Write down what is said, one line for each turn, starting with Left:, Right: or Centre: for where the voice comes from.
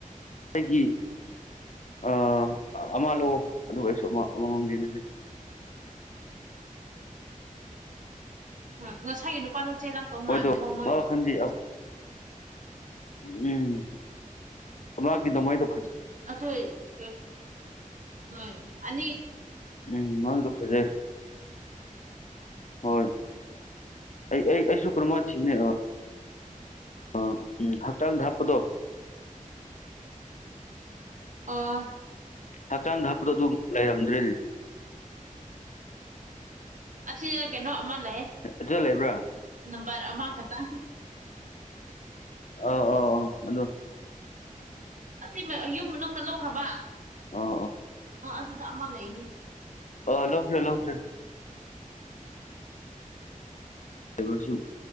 Left: ꯑꯗꯒꯤ ꯑ ꯑꯃ ꯂꯥꯛꯑꯣ ꯑꯗꯨꯒ ꯑꯩꯁꯨ ꯑꯃ ꯑꯃꯃꯝꯗꯤꯟꯅꯁ
Right: ꯑ ꯉꯁꯥꯏꯒꯤ ꯅꯨꯄꯥꯗꯣ ꯆꯦꯜꯂꯛꯇꯧ
Left: ꯑꯣꯏꯗꯣ
Right: ꯃꯥꯟꯈ꯭ꯔꯦꯕ ꯃꯣꯏ
Left: ꯋꯥ ꯋꯥꯈꯟꯗꯤ ꯎꯝ ꯃꯥꯒꯤ ꯅꯃꯥꯏꯗ
Right: ꯑꯆ ꯍꯣꯏ ꯑ
Left: ꯎꯝ ꯃꯜꯗꯨ ꯈꯁ ꯍꯣꯏ ꯑꯩ ꯑꯩ ꯑꯩꯁꯨ ꯀ꯭ꯔꯃꯁꯤꯅꯦ ꯑ ꯎꯝ ꯍꯛꯆꯥꯡ ꯍꯥꯞꯄꯗꯣ
Right: ꯑꯥ
Left: ꯍꯛꯆꯥꯡꯗ ꯍꯥꯞꯄꯨ ꯑꯗꯨ ꯂꯩꯔꯝꯗ꯭ꯔꯤ
Right: ꯑꯁꯤꯁ ꯀꯩꯅꯣ ꯃ ꯂꯩ
Left: ꯑꯗꯨꯗ ꯂꯩꯕ꯭ꯔꯥ
Right: ꯅꯝꯕꯝꯕꯔ ꯑꯃ ꯈꯇꯥ
Left: ꯑ ꯑ ꯑ ꯍꯜꯂꯣ
Right: ꯑꯁꯤ ꯌꯨꯝ ꯃꯅꯨꯡꯗ ꯂꯧꯈ꯭ꯔꯕ
Left: ꯑꯥ ꯑꯥ
Right: ꯑꯥ ꯑꯗꯨꯗ ꯑꯃ ꯂꯩꯅꯦ
Left: ꯑ ꯂꯧꯁꯦ ꯂ ꯂꯧꯁꯦ ꯕꯁꯨ